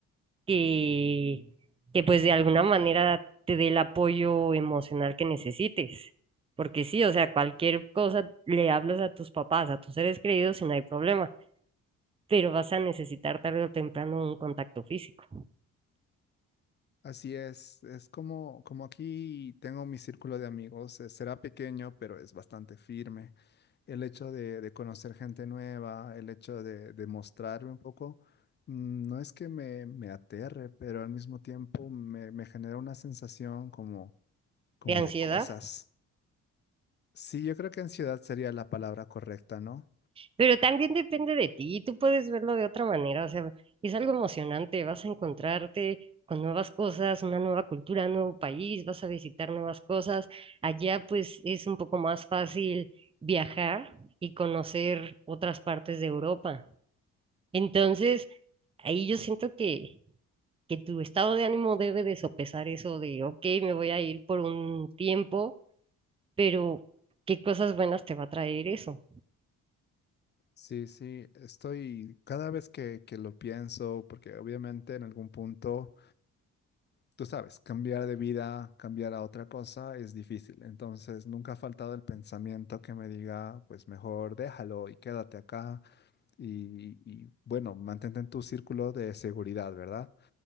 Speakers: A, on the right (about 20°); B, on the left (about 35°).
A: que, que pues de alguna manera te dé el apoyo emocional que necesites. Porque sí, o sea, cualquier cosa le hablas a tus papás, a tus seres queridos y no hay problema, pero vas a necesitar tarde o temprano un contacto físico.
B: Así es, es como, como aquí tengo mi círculo de amigos, eh, será pequeño, pero es bastante firme. el hecho de, de conocer gente nueva, el hecho de, de mostrarme un poco, mm, no es que me, me aterre, pero al mismo tiempo me, me genera una sensación como, como
A: ¿De ansiedad?
B: de cosas. Sí, yo creo que ansiedad sería la palabra correcta, ¿no?
A: Pero también depende de ti, tú puedes verlo de otra manera, o sea, es algo emocionante, vas a encontrarte con nuevas cosas, una nueva cultura, un nuevo país, vas a visitar nuevas cosas. Allá pues es un poco más fácil viajar y conocer otras partes de Europa. Entonces, ahí yo siento que, que tu estado de ánimo debe de sopesar eso de, ok, me voy a ir por un tiempo, pero ¿qué cosas buenas te va a traer eso?
B: Sí, sí, estoy cada vez que, que lo pienso, porque obviamente en algún punto, tú sabes, cambiar de vida, cambiar a otra cosa es difícil. Entonces, nunca ha faltado el pensamiento que me diga, pues mejor déjalo y quédate acá y, y, bueno, mantente en tu círculo de seguridad, ¿verdad?